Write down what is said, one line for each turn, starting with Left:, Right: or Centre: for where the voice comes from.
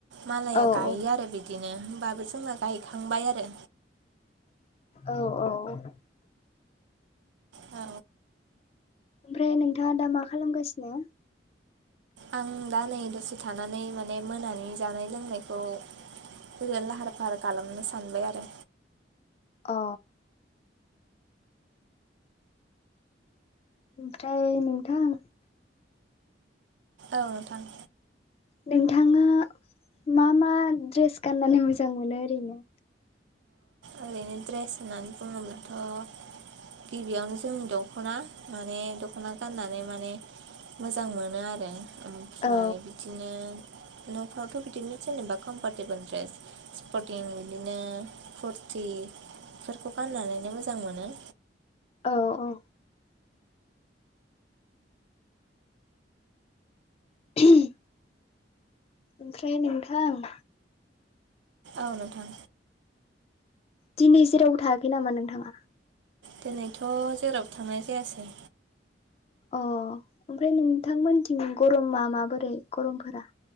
Right: मालाया
Left: औ
Right: गायो आरो बिदिनो होमबाबो जोंना गायखांबाय आरो।
Left: औ औ।
Right: औ।
Left: ओमफ्राय नोंथांङा दा मा खालामगासिनो?
Right: आं दा नै दसे थानानै माने मोनानि जानाय लोंनायखौ <unintelligible> लाहार फाहार खालामनो सानबाय आरो
Left: अ ओमफ्राय नोंथां
Right: औ नोथां
Left: नोंथांङा मा मा ड्रेस गाननानै मोजां मोनो ओरैनो
Right: ओरैनो ड्रेस होनानै बुंङोब्लाथ' गिबियावनो जोंनि दख'ना माने दख'ना गाननानै माने मोजां मोनो आरो ओमफ्राय
Left: औ
Right: बिदिनो न'फ्रावथ' बिदिनो जेनेबा कमफरटेबोल ड्रेस स्पर्टिं बिदिनो कुरथिफोरखौ गाननानैनो मोजां मोनो।
Left: औ औ <inaudible> ओमफ्राय नोंथां
Right: औ नोंथां
Left: दिनै जेरावबो थायाखै नामा नोंथांङा?
Right: दिनैथ' जेराव थांनाय जायासै।
Left: अ ओमफ्राय नोंथांमोनथिं गरमा माबोरै गरमफोरा?